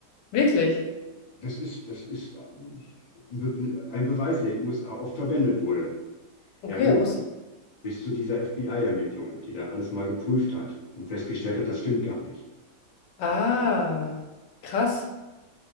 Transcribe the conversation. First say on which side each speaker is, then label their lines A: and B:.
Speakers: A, on the left; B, on the left.
A: Wirklich?
B: Das ist, das ist äh, ein Be- ein Beweis, der in den USA oft verwendet wurde.
A: Okay,
B: Ja gut,
A: wusste ich.
B: bis zu dieser FBI-Ermittlung, die da alles mal geprüft hat und festgestellt hat, das stimmt gar nicht.
A: Ah, krass.